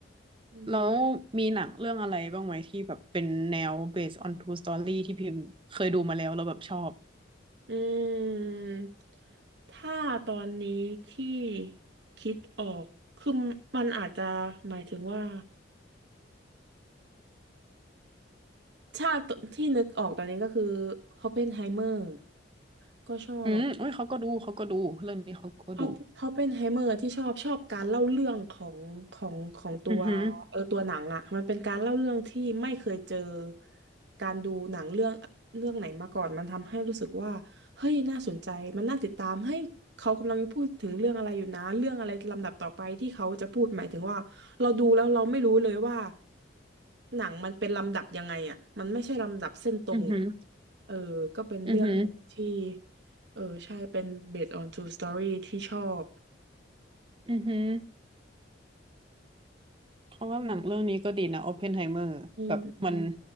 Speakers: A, on the right (about 65°); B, on the right (about 25°).
A: อืม
B: แล้วมีหนังเรื่องอะไรบ้างไหมที่แบบเป็นแนว based on true story ที่พิมพ์เคยดูมาแล้วแล้วแบบชอบ
A: อืมถ้าตอนนี้ที่คิดออกคือมันอาจจะหมายถึงว่าชาติที่นึกออกตอนนี้ก็คือ o p p นไฮเมอร์ก็ชอบ
B: อืมเอ้ยเขาก็ดู เขาก็ดู เรื่องนี้เขาก็ดู
A: เขาเขาเป็นไฮเมอร์ที่ชอบชอบการเล่าเรื่องของของของตัวเออตัวหนังอ่ะมันเป็นการเล่าเรื่องที่ไม่เคยเจอ
B: อือหือ
A: การดูหนังเรื่องเรื่องไหนมาก่อนมันทำให้รู้สึกว่าเฮ้ยน่าสนใจมันน่าติดตามเฮ้ยเขากำลังพูดถึงเรื่องอะไรอยู่นะเรื่องอะไรลำดับต่อไปที่เขาจะพูดหมายถึงว่าเราดูแล้วเราไม่รู้เลยว่า หนังมันเป็นลำดับยังไงอ่ะมันไม่ใช่ลำดับเส้นตรงอะ
B: อือหือ
A: เออ ก็เป็นเรื่องที่
B: อือหือ
A: เออ ใช่เป็น based on true story ที่ชอบ
B: อือหือเพราะว่าหนังเรื่องนี้ก็ดีนะ Oppenheimer
A: อืม
B: แบบมัน
A: อืม